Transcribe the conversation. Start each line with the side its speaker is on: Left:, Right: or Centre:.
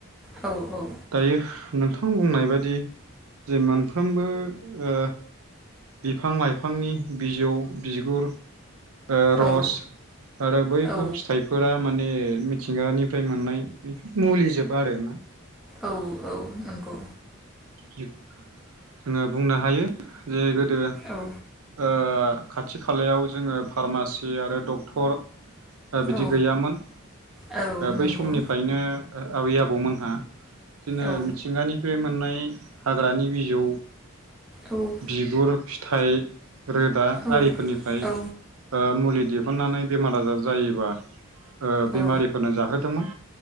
Centre: औ औ
Right: दायो नोंथां बुंनाय बादि जे मोनफ्रोमबो ओ बिफां-लायफांनि बिजौ बिगुर ओ र'स
Centre: औ
Right: आरो बैफोर
Centre: औ
Right: फिथायफोरा माने ए मिथिंगानिफ्राय मोननाय बेफोर मुलि जोब आरो ना।
Centre: औ औ नंगौ।
Right: जोङो बुंनो हायो जे गोद दो ओ
Centre: औ
Right: ओ खाथि खालायाव जोङो फार्मासि आरो डक्टर ओ बिदि
Centre: औ
Right: गैयामोन
Centre: औ
Right: ओ बै
Centre: नंगौ
Right: समनिफायनो ओ आबै आबौमोनहा बिदिनो
Centre: औ
Right: मिथिंगानिफ्राय मोननाय इ हाग्रानि बिजौ
Centre: औ
Right: बिगुर फिथाइ रोदा
Centre: औ
Right: आरिफोरनिफ्राय
Centre: औ
Right: ओ मुलि दिहुननानै बेमार आजार जायोबा ओ बेमारिफोरनो
Centre: औ
Right: जाहोदोमोन।